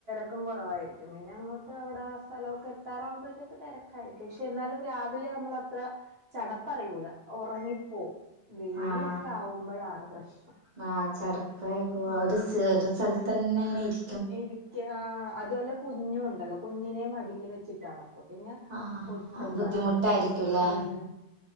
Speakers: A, on the right; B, on the right.
A: ക്കും കുറവായിരിക്കും പിന്നെ അങ്ങോട്ട് അവിടെ സ്ഥലമൊക്കെ എത്താറാകുമ്പഴത്തേക്ക് തിരക്കായിരിക്കും ഇഷ് എന്നാലും രാവിലെ നമ്മള് അത്ര ചടപ്പറിയൂല ഉറങ്ങിപ്പോവും വെയിലൊക്കെ
B: ആഹ്
A: ആവുമ്പോഴാണ് പ്രശ്നം
B: ആഹ് ചടപ്പായി പോവാ
A: ഉം
B: ഒരു ഒരു സ്ഥലത്ത് തന്നെ ഇങ്ങനെ ഇരി
A: ഇരിക്ക ആഹ് അതല്ല കുഞ്ഞും ഉണ്ടല്ലോ കുഞ്ഞിനെ മടീൽ വെച്ചിട്ടാണ് അപ്പൊ പിന്നെ
B: ആഹ്
A: ഒട്ടും
B: ബുദ്ധിമുട്ടായിരിക്കുംല്ലേ
A: പറയ ഉം